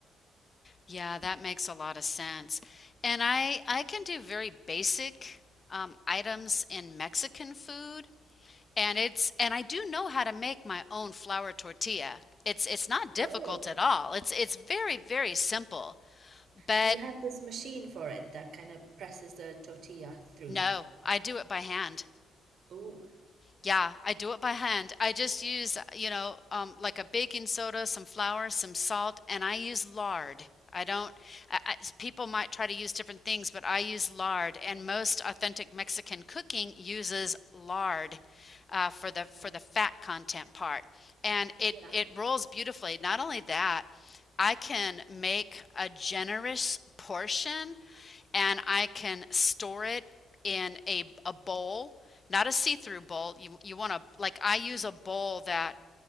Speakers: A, on the left; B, on the right.
A: Yeah, that makes a lot of sense. And I I can do very basic um, items in Mexican food, and it's and I do know how to make my own flour tortilla. It's it's not difficult
B: Oh,
A: at all. It's it's very, very simple. But
B: do you have this machine for it that kind of presses the tortilla through?
A: no, I do it by hand.
B: Oh,
A: Yeah, I do it by hand. I just use, you know, um, like a baking soda, some flour, some salt, and I use lard. I don't, I, I, people might try to use different things, but I use lard, and most authentic Mexican cooking uses lard uh, for the for
B: yeah.
A: the fat content part, and it
B: Yeah,
A: it rolls beautifully. Not only that, I can make a generous portion and I can store it in a, a bowl, not a see-through bowl. You you want to like I use a bowl that